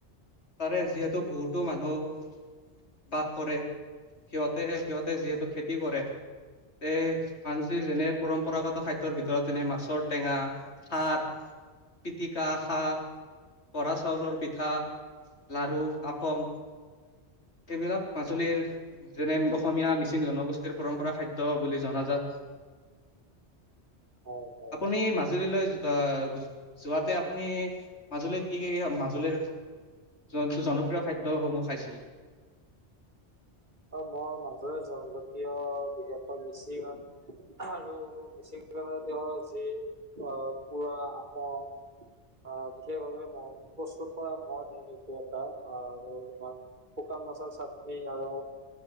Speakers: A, on the left; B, on the right.
A: তাৰে যিহেতু বহুতো মানুহ, বাস কৰে সিহঁতে সিহঁতে যিহেতু খেতি কৰে। তে মানুহজি যেনে পৰম্পৰাগত খাদ্যৰ ভিতৰত যেনে মাছৰ টেঙা সাৰ পিতিকা শাক, বৰা চাউলৰ পিঠা লাৰু আপং। সেইবিলাক মাজুলীৰ যেনে অসমীয়া মিচিং জনগোষ্ঠীৰ পৰম্পৰা খাদ্য বুলি জনাজাত।
B: হয় হয়
A: আপুনি মাজুলীলৈ আহ যোৱাতে আপুনি, মাজুলীত কি মাজুলীৰ জোনটো জনপ্ৰিয় খাদ্যসমূহ খাইছিল।
B: অ', মই মাজৰে জনজাতীয় বিদেশৰ মিচিংত। আৰু মিচিং <unintelligible> তেওঁৰ যি অ', পুৰা আপং আহ, বিশেষভাৱে মদ, প্ৰস্তুত মদ কৰা মদ এইটো এটা আৰু তোমাৰ শুকান মাছৰ চাটনি আৰু